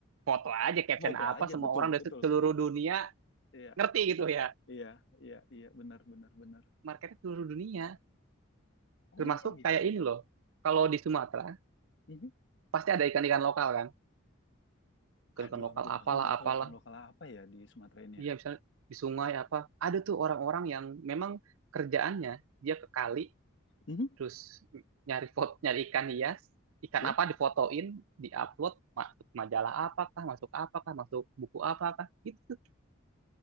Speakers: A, on the right (about 80°); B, on the left (about 60°).
A: foto aja caption
B: foto
A: apa
B: aja,
A: semua
B: betul
A: orang dari
B: betul.
A: seluruh dunia
B: Iya
A: ngerti gitu ya
B: iya iya iya, benar benar benar.
A: marketnya seluruh dunia
B: Oh
A: Termasuk
B: iya iya.
A: kayak ini loh. Kalau di Sumatera,
B: Mhm.
A: pasti ada ikan-ikan lokal kan. Ikan-ikan
B: Aduh
A: lokal
B: ampun,
A: apalah,
B: aku nggak tahu
A: apalah.
B: ikan lokal apa ya di Sumatera ini
A: Iya,
B: ya.
A: misalnya di sungai apa. Ada tuh orang-orang yang memang kerjaannya, dia ke kali,
B: Mhm.
A: terus nyari foto, nyari ikan hias, ikan
B: Ya?
A: apa difotoin, diupload, masuk majalah apakah, masuk apakah, masuk buku apakah, gitu.